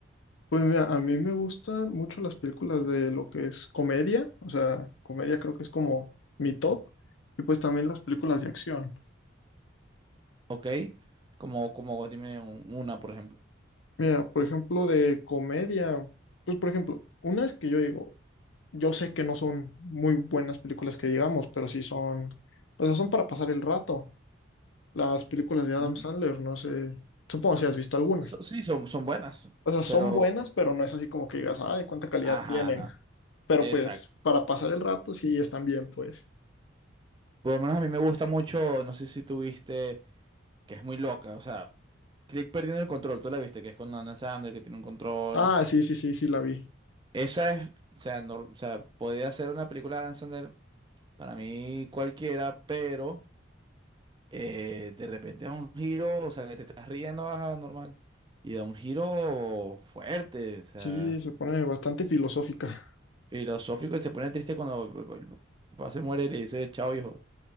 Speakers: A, on the left; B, on the right.
A: Pues mira, a mí me gustan mucho las películas de lo que es comedia, o sea, comedia creo que es como mi top, y pues también las películas de acción.
B: ¿Ok? Como, como dime un- una, por ejemplo.
A: Mira, por ejemplo, de comedia, pues por ejemplo, unas que yo digo, yo sé que no son muy buenas películas que digamos, pero sí son, o sea, son para pasar el rato. Las películas de
B: ¿Mm?
A: Adam Sandler, no sé, supongo si has visto algunas.
B: So- sí, son, son buenas,
A: O sea, son
B: pero...
A: buenas, pero no es así como que digas, ay, cuánta calidad
B: Ajá,
A: tienen.
B: ajá,
A: Pero
B: exacto.
A: pues para pasar el rato sí están bien, pues.
B: Por lo menos a mí me gusta mucho, no sé si tuviste que es muy loca. O sea, Click perdiendo el control, tú la viste, que es con Adam Sandler, que tiene un control.
A: Ah, sí, sí, sí, sí, la vi.
B: Esa es, o sea, no, o sea, podría ser una película de Adam Sandler para mí cualquiera, pero eh, de repente da un giro, o sea, que te estás riendo, ajá, normal, y da un giro fuerte, o sea,
A: Sí, se pone bastante filosófica.
B: filosófico, y se pone triste cuando el papá se muere y le dice, chao, hijo. O